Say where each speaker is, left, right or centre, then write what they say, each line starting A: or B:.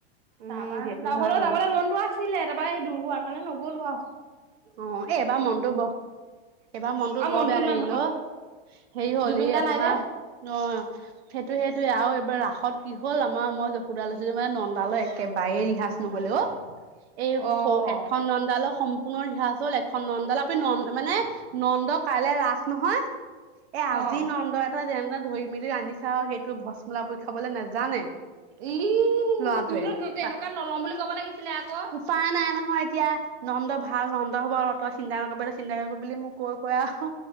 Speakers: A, on the right; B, on the right.
A: উম
B: তাপা
A: সেইটো
B: <unintelligible>
A: হয় বাৰু
B: যাবলে মনটো আছিলে তাপা এই দূৰ হোৱা কাণে নগ'লো আও।
A: অ', এ, এবা মনটো ব এইবা মনটো
B: আৰু
A: বৰ
B: মনতো
A: বেয়া
B: ইমান
A: লাগিল অ'। হেই হ'ল
B: জুবিন
A: এ,
B: দা
A: আপোনা
B: নাই যে
A: অ', সেটো সেটোৱে আও এইবা ৰাসত কি হ'ল আমা মই যশোদা লৈছিলোঁ মানে নন্দালয় একেবাৰে ৰিহাচ নহ'লে অ'। এই
B: অ'।
A: সও এখন নন্দালয় সম পুনৰ ৰিহাৰ্চেল এখন নন্দ ল আপুনি ন মানে নন্দ কাইলৈ ৰাস নহয় এ আজি
B: অ',
A: নন্দ এটা যেনে তেনে ধৰি মেলি আনিছে আৰু সেইটো ভসমলা পুই খাবলৈ নাজানে।
B: ই
A: ল'ৰাটোৱে
B: তুমিনো তেনেকুৱা
A: তা
B: নল'ম বুলি ক'ব লাগিছিলে আকৌ।
A: উপায় নাই নহয় এতিয়া নন্দ ভাল ভাল নন্দ হ'ব আৰু তই চিন্তা নকৰিবি চিন্তা নকৰিবি বুলি মোক কৈ কৈ আও